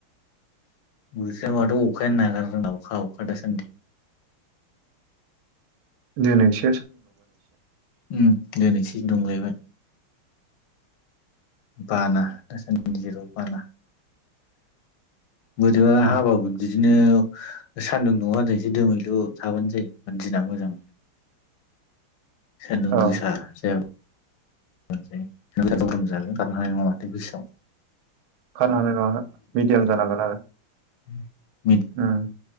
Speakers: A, on the left; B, on the right.
A: बोथोरा माथो अखायानो नागारनो रोंला अखा अखा दासान्दि।
B: दोनै स
A: उम दिनैसो दुंलायबाय। बाना दासानदि जेरावबो बाना। बोरैबा हाबा
B: औ
A: <unintelligible> दिनो सान्दुं दुङा <unintelligible> एसे दोमैलु थाबानो जायो दिना मोजां। सानदुं गोसाा
B: औ
A: जायाबा मोनजायो <unintelligible> खारनो हानाय नङा माथो गोसोआव।
B: खारनो हानाय नङा मिडियाम जानांगोन आरो।
A: <unintelligible>
B: उम।